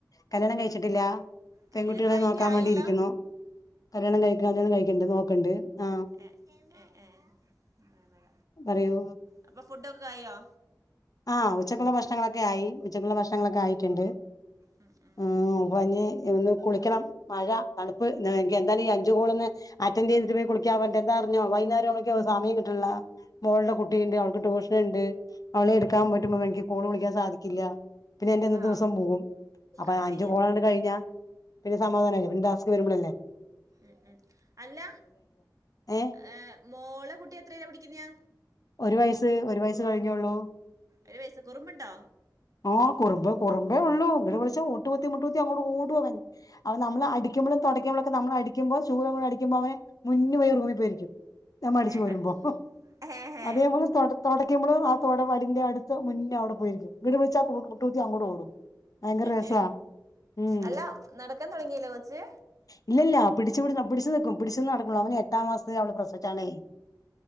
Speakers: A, on the left; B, on the right.
A: കല്യാണം കഴിച്ചിട്ടില്ല
B: കല്യാണപ്രായമൊക്കെ
A: പെൺകുട്ടികളെ നോക്കാൻ
B: ആയാലോ
A: വേണ്ടിയിരിക്കുന്നു കല്യാണം കഴി കല്യാണം കഴിക്ക്ണ്ട് നോക്ക്ണ്ട് ആഹ്
B: ഏ ഏ ഏ മഴ മഴ
A: പറയൂ
B: അപ്പൊ ഫുഡൊക്കെകായോ
A: ആഹ് ഉച്ചക്കുള്ള ഭക്ഷണങ്ങളൊക്കെ ആയി ഉച്ചക്കുള്ള ഭക്ഷണങ്ങളൊക്കെ ആയിട്ട്ണ്ട്
B: ഉം ഉം
A: ഉം പനി ഇന്ന് കുളിക്കണം മഴ തണുപ്പ് എനിക്ക് എന്തായാലും ഈ അഞ്ചുകോളൊന്ന് അറ്റൻഡ്യ്തിട്ട് പോയി കു <unintelligible> എന്താർഞ്ഞോ വൈന്നേരാവുമ്പേക്ക് സമയം കിട്ട്ണില്ല മോൾടെ കുട്ടിയ്ണ്ട് അവൾക്ക് ട്യൂഷന്ണ്ട് <unintelligible> പറ്റുമ്പ എനിക്ക് കോള് വിളിക്കാൻ സാധിക്കില്ല പിന്നെ എന്റിന്നത്തൂസം
B: ആ
A: പോകും അപ്പൊ
B: അത്
A: അഞ്ചു
B: ശരിയാ
A: കോളങ്ങട്ട് കഴിഞ്ഞ പിന്നെ സമാധാനയിലെ പിന്നെ ടാസ്ക് വര്മ്പളല്ലെ
B: ഉം ഉം അല്ല
A: ഏ
B: ഏഹ് മോളെ കുട്ടി എത്രയില പഠിക്ക്ന്ന്യാ
A: ഒരു വയസ്സ് ഒര് വയസ്സ് കഴിഞ്ഞൊള്ളൂ
B: ഒര് വയസ് കുറുമ്പ്ണ്ടോ
A: ആ കുറുമ്പ് കുറുമ്പേ ഒള്ളൂ ഇങ്ങട്ട് വിളിച്ച മുട്ടു കുത്തി മുട്ടു കുത്തി അങ്ങോട്ട് ഓടും അവൻ അവൻ നമ്മള് അടിക്ക്മ്പളും താെടക്ക്മ്പളും ഒക്കെ നമ്മള അടിക്കുമ്പോ ചൂലും കൊണ്ടടിക്കുമ്പോ അവന് മുന്നി പോയി റൂമി പോയിരിക്കും ഞമ്മ അടിച്ച്
B: ഏ,
A: വാരുമ്പോ
B: ആ. ഏ, ഏ.
A: അതേപോലെ തൊട തൊടക്കുമ്പളും ആ തൊട വ ടിന്റെ അട്ത്ത് മുന്നേ അവിടെ പോയിരിക്കും ഇങ്ങട്ട് വിളിച്ച കു മുട്ട് കുത്തി അങ്ങോട് ഓടും ഭയങ്കര
B: ഏ,
A: രസാ
B: ഏ.
A: ഉം
B: അല്ല നടക്കാൻ തുടങ്ങിയില്ലേ കൊച്ച്
A: ഇല്ല ഇല്ല പിടിച്ച പിടിച്ച പിടിച്ച് നിക്കും പിടിച്ച്ന്ന് നടക്കുള്ളൂ അവനെ എട്ടാം മാസത്തെ അവള് പ്രസവിച്ചാണെയ്